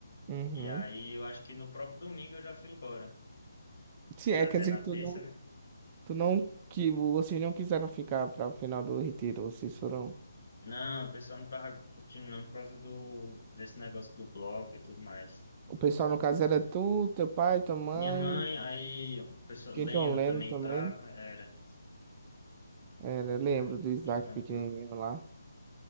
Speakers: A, on the right (about 20°); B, on the left (about 55°).
A: uhum.
B: E aí, eu acho que no próprio domingo eu já fui embora,
A: Sim,
B: que
A: é,
B: era até
A: quer dizer
B: na
A: que
B: terça,
A: tu não,
B: né?
A: tu não, que vocês não quiseram ficar para o final do retiro, vocês foram,
B: Não, o pessoal não tava curtindo não por causa do, desse negócio do bloco e tudo mais.
A: o pessoal no caso era tu, teu pai, tua mãe,
B: Minha mãe, aí o pessoal
A: tinha
B: lendo
A: John Lennon
B: também
A: também.
B: tava, era,
A: Era, lembro
B: aí não
A: do
B: curti
A: Isaac
B: tanto
A: pequenininho
B: não.
A: lá.